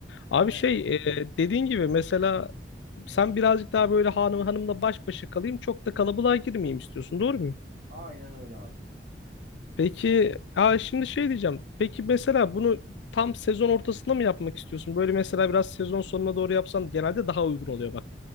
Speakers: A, on the left (about 85°); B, on the right (about 50°).
A: Abi
B: <laughs>
A: şey e, dediğin gibi mesela sen birazcık daha böyle hanım hanımla baş başa kalayım. Çok da kalabalığa girmeyeyim istiyorsun. Doğru mu?
B: Aynen öyle abi.
A: Peki, ha şimdi şey diyeceğim. Peki mesela bunu tam sezon ortasında mı yapmak istiyorsun? Böyle mesela biraz sezon sonuna doğru yapsan genelde daha uygun oluyor bak.